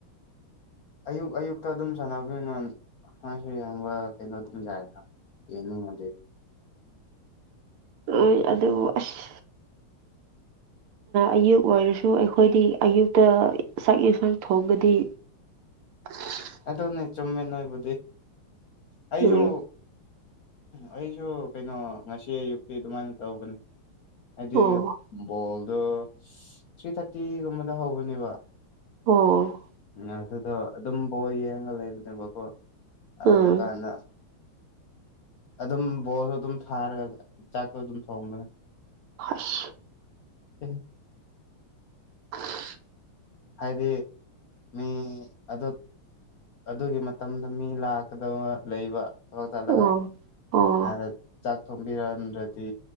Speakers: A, on the left; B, on the right.
A: ꯑꯌꯨꯛ ꯑꯌꯨꯛꯇ ꯑꯗꯨꯝ ꯁꯥꯟꯅꯕꯅ ꯌꯦꯡꯕ ꯀꯩꯅꯣ ꯑꯗꯨꯝ ꯌꯥꯏ ꯆꯦꯅꯤ ꯃ
B: ꯍꯣꯏ ꯑꯗꯨꯕꯨ ꯑꯁ ꯑꯌꯨꯛ ꯑꯣꯏꯔꯁꯨ ꯑꯩꯈꯣꯏꯗꯤ ꯑꯌꯨꯛꯇ ꯆꯥꯛ ꯌꯦꯟꯁꯥꯡ ꯊꯣꯡꯕꯗꯤ ꯑ <unintelligible>
A: ꯑꯗꯣ ꯅ ꯆꯨꯝꯃꯦ ꯅꯕꯨ ꯑꯩꯁꯨ
B: ꯎꯝ
A: ꯑꯩꯁꯨ ꯀꯩꯅꯣ ꯉꯁꯤ ꯑꯌꯨꯛꯇꯤ ꯑꯗꯨꯃꯥꯏꯅ ꯇꯧꯕꯅꯦ ꯍꯥꯏꯗꯤ
B: ꯑꯣ
A: ꯕꯣꯜꯗꯣ ꯊ꯭ꯔꯤ ꯊꯥꯔꯇꯤꯒꯨꯝꯕꯗ ꯍꯧꯕꯅꯦꯕ
B: ꯑꯣ
A: ꯎ ꯑꯗꯨꯗꯣ ꯑꯗꯨꯝ ꯕꯣꯔ ꯌꯦꯡꯉ ꯂꯩꯕꯅꯦꯕꯀꯣ ꯑꯗꯨꯀꯥꯟꯗ
B: ꯎꯝ
A: ꯑꯗꯨꯝ ꯕꯣꯔꯁꯨ ꯑꯗꯨꯝ ꯊꯥꯔꯒ ꯆꯥꯛꯁꯨ ꯑꯗꯨꯝ ꯊꯣꯡꯕꯅꯦ
B: ꯑ <unintelligible>
A: <unintelligible>
B: <unintelligible>
A: ꯍꯥꯏꯗꯤ ꯃꯤ ꯑꯗꯨ ꯑꯗꯨꯒꯤ ꯃꯇꯝꯗ ꯃꯤ ꯂꯥꯛꯀꯗꯕ ꯂꯩꯕ ꯊꯕꯛ ꯆꯠꯂꯒꯅ
B: ꯑꯣ ꯑꯣ
A: ꯆꯥꯛ ꯊꯣꯡꯕꯤꯔꯝꯗ꯭ꯔꯗꯤ